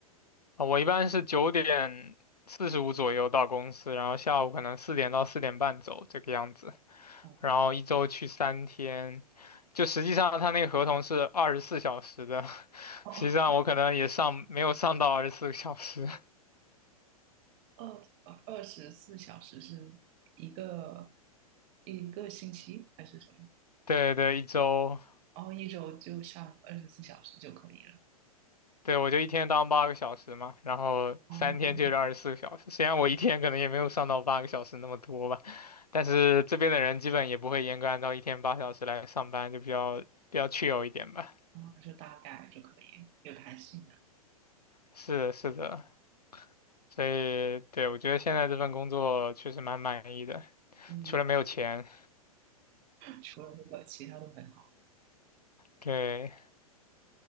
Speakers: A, on the left; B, on the right.
A: 啊，我一般是九点四十五左右到公司，然后下午可能四点到四点半走这个样子。
B: 哦
A: 然后一周去三天，就实际上他那个合同是二十四小时的，<laughs>
B: 哦，
A: 实际上我可能也上没有上到二十四个小时，
B: 二呃二十四小时是一个一个星期还是什么？
A: <laughs> 对对，一周，
B: 哦，一周就上二十四小时就可以了。
A: 对我就一天当八个小时嘛，然后三天就是二十四个小时，
B: 哦，
A: 虽然我一天可能也没有上到八个小时那么多吧，但是这边的人基本也不会严格按照一天八小时来上班，就比较比较 chill 一点吧，
B: 哦，就大概就可以，有弹性的。
A: 是的，是的。所以，对，我觉得现在这份工作确实蛮满意的，
B: 嗯，
A: 除了没有钱。
B: 除了这个，其他都很好。
A: 对，